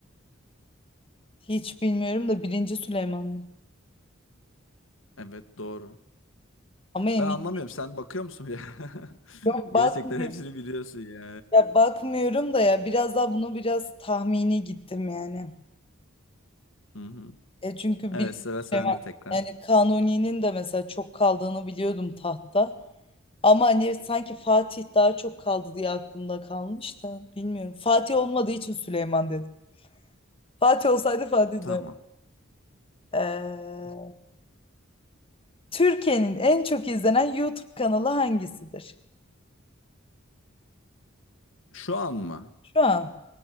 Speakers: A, on the left; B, on the left.
A: Hiç bilmiyorum da birinci Süleymanlı.
B: Evet doğru.
A: Ama emin.
B: Ben anlamıyorum. Sen bakıyor musun ya? <laughs>
A: Yok
B: Gerçekten
A: bakmıyorum.
B: hepsini biliyorsun ya.
A: Ya bakmıyorum da ya biraz daha buna biraz tahmini gittim yani.
B: Hı hı.
A: E çünkü
B: Evet
A: bir
B: sıra sende
A: şey var.
B: tekrar.
A: yani Kanuni'nin de mesela çok kaldığını biliyordum tahtta. Ama hani sanki Fatih daha çok kaldı diye aklımda kalmış da bilmiyorum. Fatih olmadığı için Süleyman dedim. Fatih olsaydı Fatih
B: Tamam.
A: derdim. Ee, Türkiye'nin en çok izlenen YouTube kanalı hangisidir?
B: Şu an mı?
A: Şu an